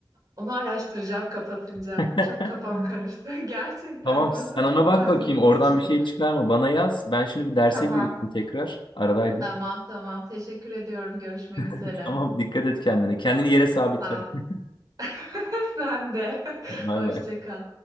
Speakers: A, on the right; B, on the left.
A: Onu araştıracağım kapatınca.
B: <laughs>
A: Çok kafam karıştı. <laughs> Gerçekten
B: Tamam
A: nasıl
B: sen
A: sistemleyip
B: ona bak bakayım oradan
A: içiyorlar.
B: bir şey çıkar mı? Bana yaz. Ben şimdi bir derse
A: Tamam.
B: gireceğim tekrar. Aradaydım.
A: Tamam tamam. Teşekkür ediyorum. Görüşmek üzere.
B: <laughs> Tamam dikkat et kendine. Kendini yere sabitle.
A: Sağ ol.
B: <laughs>
A: <laughs> Sen de. <laughs>
B: Bay
A: Hoşça
B: bay.
A: kal.